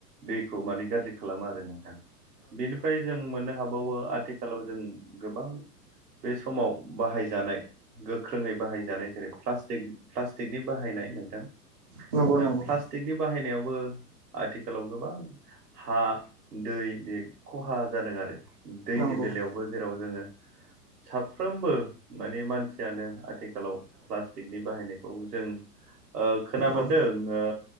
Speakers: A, on the right; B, on the right.
A: दैखौ माने गाज्रि खालामो आरो नोंथां बेनिफ्राय जों मोननो हाबावो आथिखालाव जों गोबां बे समाव बाहायजानाय गोख्रोङै बाहायजानाय जेरै फ्लासटिक फ्लास्टिकनि बाहायनाय नोंथां
B: नंगौ नंगौ
A: दा
B: औ
A: फ्लास्टिकनि बाहायनायावबो आथिखालाव गोबां हा, दै बे ख'हा जादों आरो दैनि
B: नंगौ औ
A: बेलायावबो जेराव जोङो साफ्रोमबो माने मानसियानो आथिखालाव प्लास्टिकनि बाहायनायखौ जों ओ खोनानो‌ मोनदों
B: औ
A: ओ